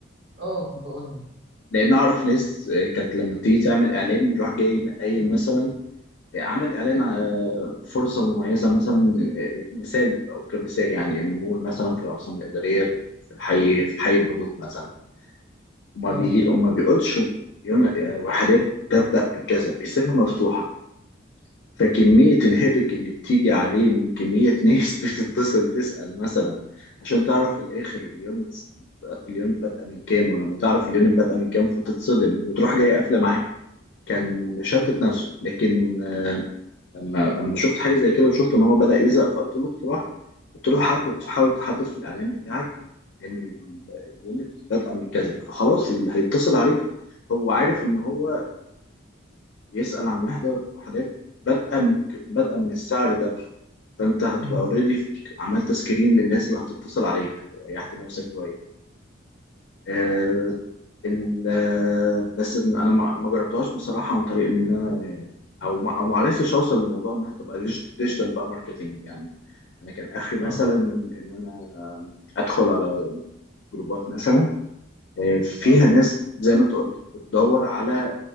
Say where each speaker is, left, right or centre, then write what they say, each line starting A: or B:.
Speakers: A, on the right; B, on the left.
A: اه كنت بقولها
B: لأن أعرف ناس آه، كانت لما بتيجي تعمل إعلان يروح جاي قايل مثلا عمل إعلان آه، فرصة مميزة مثلا آه، مثال أو كمثال يعني إن مول مثلا في العاصمة الإدارية في الحي في حي البنوك مثلا وما
A: اه
B: بيجي وما بيقولش يون- آه، وحدات تبدأ من كذا بيسيبها مفتوحة فكمية الهيدك اللي بتيجي عليه من كمية <laughs> ناس بتتصل تسأل مثلا عشان تعرف في الآخر اليونت اليونت بادئة من كام ولما تعرف اليونت بادئة من كام فتتصدم وتروح جاي قافلة معاه كان مشتت
A: مم.
B: نفسه لكن آه، لما لما شفت حاجة زي كده وشفت إن هو بدأ يزهق فقلت له تروح قلت له حدد حاول تحدد في الإعلان بتاعك إن ال- اليونت بادئة من كذا فخلاص اللي هيتصل عليك هو عارف إن هو يسأل عن وحدة وحدات بادئة من ك- بادئة من السعر ده فانت هتبقى
A: مم.
B: اوريدي عملت سكرين للناس اللي هتتصل عليك ريحت نفسك شويه آه ال- آه، بس انا ما ما جربتهاش بصراحه عن طريق ان انا او ما أو ما عرفتش اوصل لموضوع انها تبقى ديج- ديجيتال بقى ماركتنج يعني انا كان اخري مثلا
A: اه
B: ان انا ادخل على جروبات مثلا آه، فيها
A: اه
B: ناس زي ما انت قلت بتدور على